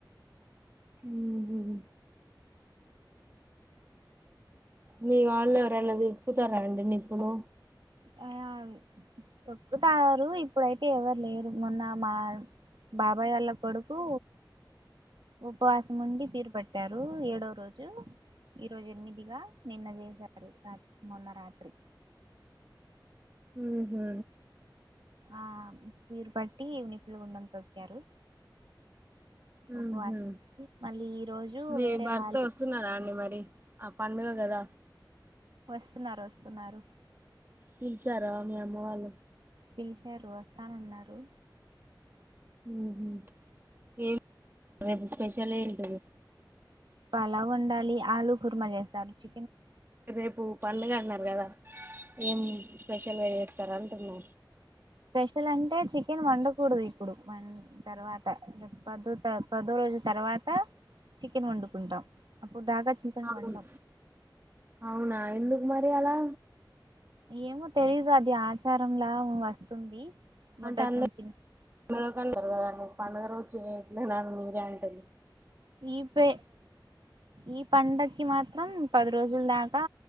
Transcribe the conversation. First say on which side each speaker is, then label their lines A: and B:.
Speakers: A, on the right; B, on the right.
A: ఉహు మీ వాళ్ళు ఎవరైనా తొక్కుతారా అండి నిప్పులు
B: అ అవి తొక్కుతారు ఇప్పుడైతే ఎవరు లేరు మొన్న మా బాబాయ్ వాళ్ళ కొడుకు ఉపవాసం ఉండి పీరు పట్టారు ఏడోవ రోజు ఈ రోజు ఎనిమిదిగా నిన్న చేసారు రా మొన్న రాత్రి
A: ఉహు
B: ఆ పీరు పట్టి నిప్పుల గుండం తొక్కారు ఉపవాసం
A: ఉహు
B: మళ్ళీ ఈ రోజు
A: మీ
B: వేరే
A: భర్త
B: వాళ్ళు
A: వస్తున్నాడా అండి మరి ఆ పండగకి కదా
B: వస్తున్నారు వస్తున్నారు
A: పిలీచారా మీ అమ్మ వాళ్ళు
B: పిలిచారు వస్తానన్నారు
A: ఉహు ఏం రేపు స్పెషల్ ఏంటిది
B: అలా ఉండాలి ఆలుూ కుర్మ చేస్తారు చి
A: రేపు పండుగ అన్నారు కదా ఏం స్పెషల్గా చేస్తార అంటున్నా
B: స్పెషల్ అంటే చికెన్ వండకూడదు ఇప్పుడు వ తర్వాత పదో త పదో రోజు తర్వాత చికెన్ వండుకుంటాం అప్పుడు దాకా చికెన్
A: అవును
B: వండం
A: అవునా ఎందుకు మరి అలా
B: ఏమో తెలీదు అది ఆచారంలా వస్తుంది మొదటి
A: అంటే అందర్
B: నుంచి
A: అందరూ పండుగ రోజు చేయట్లే మీరంటోళ్ళు
B: ఈపే ఈ పండకి మాత్రం మత్రం పది రోజుల దాకా